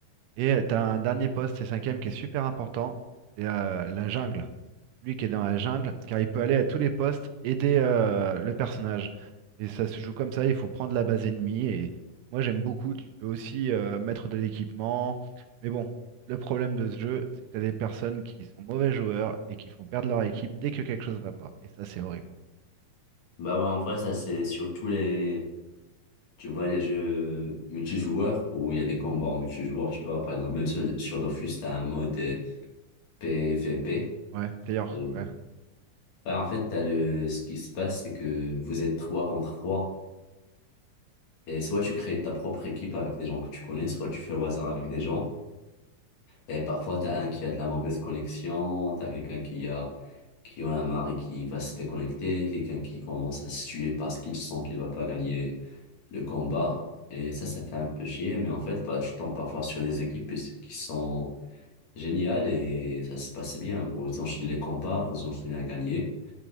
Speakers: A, on the right; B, on the left.
A: Et tu as un dernier poste, c'est cinquième, qui est super important. C'est euh, la jungle. Lui qui est dans la jungle, car il peut aller à tous les postes, aider euh, le personnage. Et ça se joue comme ça, il faut prendre la base ennemie. Et moi, j'aime beaucoup. Tu peux aussi euh, mettre de l'équipement. Mais bon, le problème de ce jeu, c'est que tu as des personnes qui sont mauvais joueurs et qui font perdre leur équipe dès que quelque chose va pas. Et ça, c'est horrible.
B: Bah ouais, en vrai, ça, c'est sur tous les, Tu vois les jeux multijoueurs où il y a des combats en multijoueur, tu vois, par exemple, même sur, sur Dofus, t'as un mode euh, PVP.
A: Ouais, player,
B: Et,
A: ouais.
B: bah, en fait, t'as le, ce qui se passe, c'est que vous êtes trois contre trois. Et soit tu crées ta propre équipe avec des gens que tu connais, soit tu fais au hasard avec des gens. Et parfois, t'as un qui a de la mauvaise connexion, t'as quelqu'un qui a, qui en a marre et qui va se déconnecter, quelqu'un qui commence à se tuer parce qu'il sent qu'il va pas gagner le combat. Et ça, ça fait un peu chier, mais en fait, bah, tu tombes parfois sur des équipes qui sont géniales et ça se passe bien. Vous enchaînez les combats, vous enchaînez à gagner